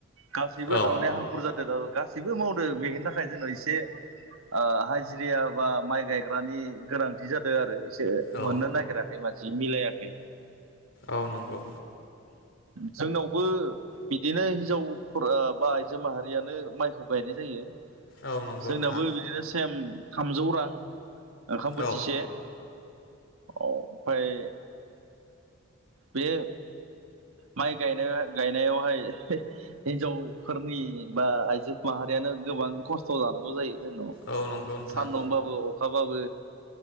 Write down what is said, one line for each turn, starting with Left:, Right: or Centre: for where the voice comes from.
Right: गासैबो
Left: औ
Right: तारमाने हांखुर जादों दा गासैबो मावदो बेनि थाखाय जोङो एसे ओ हाजिरिया बा माइ गायग्रानि गोनांथि जादों आरो
Left: औ
Right: मोननो नागिराखै मानसि मिलायाखै
Left: औ नंगौ
Right: जोंनावबो बिदिनो हिनजावफोर ओ बा आइजो माहारियानो माइखौ गायनाय जायो
Left: औ नंगौ
Right: जोंनाबो
Left: नोंथां
Right: बिदिनो सेम थामजौ रां ओंखाम बोथिसे
Left: औ
Right: अ ओमफ्राय बे माइ गायनाय गायनायावहाय हिनजावफोरनि बा आइजो माहारियानो गोबां खस्थ' जानांगौ जायो जोंनाव
Left: औ नंगौ नोंथां
Right: सान्दुंबाबो अ खाबाबो